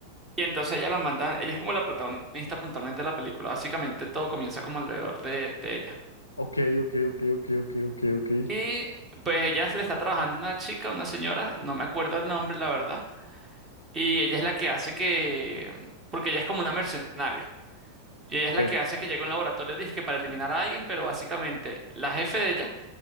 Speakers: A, on the right; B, on the left.
A: Y entonces ella la mandan, ella es como la protagonista puntualmente de la película, básicamente todo comienza como alrededor de, de ella.
B: ok, ok, ok, ok, ok, ok, ok.
A: Y pues ella le está trabajando una chica, una señora, no me acuerdo el nombre, la verdad, y ella es la que hace que, porque ella es como una mercenaria, y ella es la
B: Sí.
A: que hace que llegue a un laboratorio disque para eliminar a alguien, pero básicamente la jefe de ella